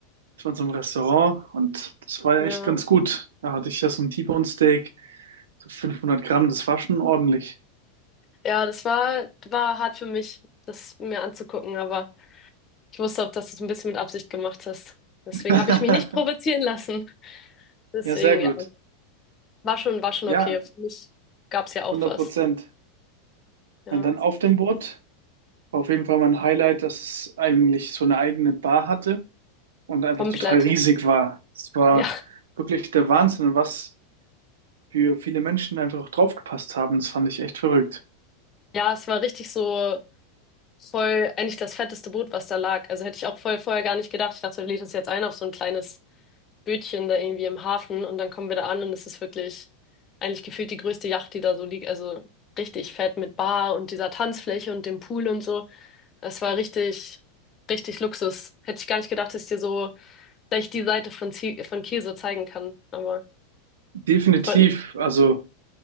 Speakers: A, on the right (about 75°); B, on the left (about 35°).
A: wir waren so im Restaurant und das war ja
B: Ja.
A: echt ganz gut. Da hatte ich ja so ein T-Bone Steak, so 500 Gramm, das war schon ordentlich.
B: Ja, das war, war hart für mich, das mir anzugucken, aber ich wusste auch, dass du es ein bisschen mit Absicht gemacht hast. Deswegen
A: <laughs>
B: habe ich mich nicht provozieren lassen. <laughs> Deswegen,
A: Ja, sehr gut.
B: ja, war schon, war schon
A: Ja,
B: okay. Für mich gab es ja auch
A: hundert
B: was.
A: Prozent.
B: Ja,
A: Und dann auf dem Boot war auf jeden Fall mein Highlight, dass es eigentlich so eine eigene Bar hatte. und einfach
B: komplett.
A: total riesig
B: <laughs>
A: war. Es war
B: Ja,
A: wirklich der Wahnsinn und was für viele Menschen einfach auch draufgepasst haben. Das fand ich echt verrückt.
B: ja, es war richtig so voll, eigentlich das fetteste Boot, was da lag. Also hätte ich auch voll vorher gar nicht gedacht. Ich dachte, du lädst es jetzt ein auf so ein kleines Bötchen da irgendwie im Hafen und dann kommen wir da an und es ist wirklich eigentlich gefühlt die größte Yacht, die da so liegt. Also richtig fett mit Bar und dieser Tanzfläche und dem Pool und so. Es war richtig, richtig Luxus. Hätte ich gar nicht gedacht, dass ich dir so gleich die Seite von, Zie- von Kiel so zeigen kann. Aber
A: Definitiv,
B: freut mich.
A: also